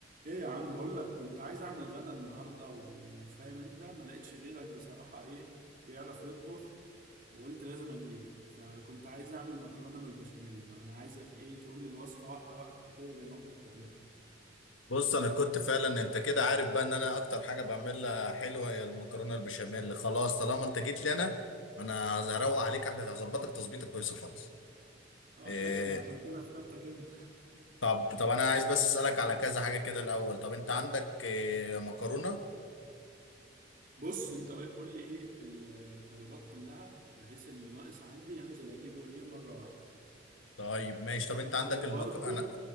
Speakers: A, on the right; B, on the left.
A: ايه يا عم بقول لك كنت عايز اعمل غدا النهارده وفاهم انت ما لقيتش غيرك بصراحه ايه بيعرف يطبخ وقلت لازم اجيلك فكنت عايز اعمل مكرونه بالبشاميل بقى انا عايزك ايه تقول لي الوصفه واحده واحده كده زي ما انت بتعملها
B: بص انا كنت فعلا انت كده عارف بقى ان انا اكتر حاجه بعملها حلوه هي المكرونه البشاميل خلاص طالما انت جيت لي انا انا هروق عليك احلى هظبطك تظبيطه كويسه خالص
A: اه
B: إيه
A: يا باشا ما أنا عشان كده اخترتك انت
B: طب طب انا عايز بس اسالك على كذا حاجه كده الاول طب انت عندك إيه مكرونه
A: بص انت إيه- قول لي ايه ال- الطلبات كلها بحيث اللي ناقص عندي انزل اجيبه ايه مره واحده
B: طيب ماشي طب
A: هي
B: انت عندك
A: هي
B: المك
A: برضو
B: انا